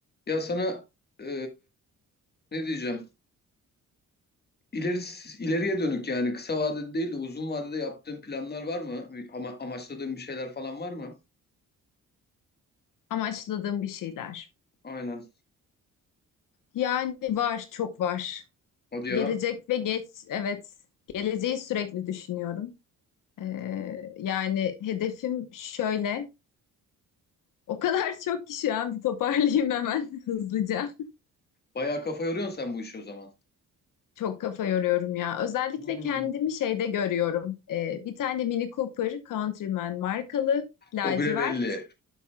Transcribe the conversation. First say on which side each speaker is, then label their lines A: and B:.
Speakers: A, on the left; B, on the left.
A: Ya sana e, ne diyeceğim? İleri, ileriye dönük yani kısa vadede değil de uzun vadede yaptığın planlar var mı? Ama, amaçladığın bir şeyler falan var mı?
B: Amaçladığım bir şeyler.
A: Aynen.
B: Yani var, çok var.
A: Hadi ya.
B: Gelecek ve geç, evet. Geleceği sürekli düşünüyorum. Ee, yani hedefim şöyle. O kadar <laughs> çok ki şu an bir toparlayayım hemen <laughs> hızlıca.
A: Bayağı kafa yoruyorsun sen bu işi o zaman.
B: Çok kafa yoruyorum ya. Özellikle
A: Hmm.
B: kendimi şeyde görüyorum. Ee, bir tane Mini Cooper Countryman markalı, lacivert.
A: O bile belli.